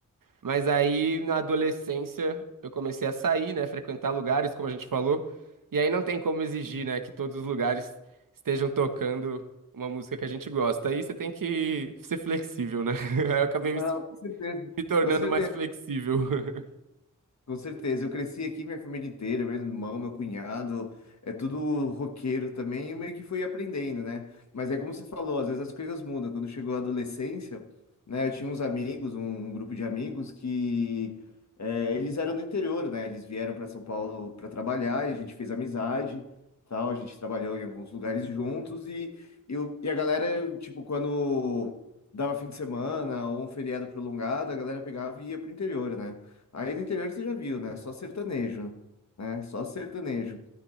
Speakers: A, on the right (about 85°); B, on the left (about 55°).
A: Mas aí, na adolescência, eu comecei a sair, né? Frequentar lugares, como a gente falou. E aí não tem como exigir, né? Que todos os lugares estejam tocando uma música que a gente gosta. Aí você tem que ser flexível, né? <laughs> Aí eu acabei
B: Não,
A: me,
B: com certeza.
A: me tornando
B: Com certeza.
A: mais flexível. <laughs>
B: Com certeza, eu cresci aqui, minha família inteira, meu irmão, meu cunhado, é tudo roqueiro também, e eu meio que fui aprendendo, né? Mas é como você falou, às vezes as coisas mudam. Quando chegou a adolescência, né, eu tinha uns amigos, um, um grupo de amigos que é, eles eram do interior, né? Eles vieram para São Paulo para trabalhar, e a gente fez amizade, tal, a gente trabalhou em alguns lugares juntos, e, eu, e a galera, tipo, quando dava fim de semana ou um feriado prolongado, a galera pegava e ia pro interior, né? Aí no interior você já viu, né? Só sertanejo, né? Só sertanejo.